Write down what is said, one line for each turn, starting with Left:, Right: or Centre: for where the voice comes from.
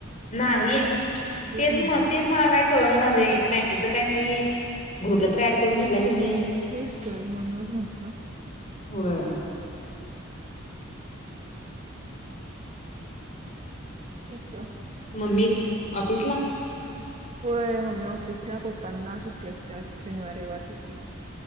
Left: नाही तेच
Right: म्हटलं.
Left: म तेच मला काय कळण नाही मेसेजच काही नाही ग्रुपला तर ड करून घेतला तिनी
Right: तेच तर म्हणमच म्हणत
Left: होय
Right: एक
Left: मम्मी ऑफिसला
Right: होय मम्मी ऑफिसला पापा ना सुट्टी असते आज शनिवार रविवार सुट्टी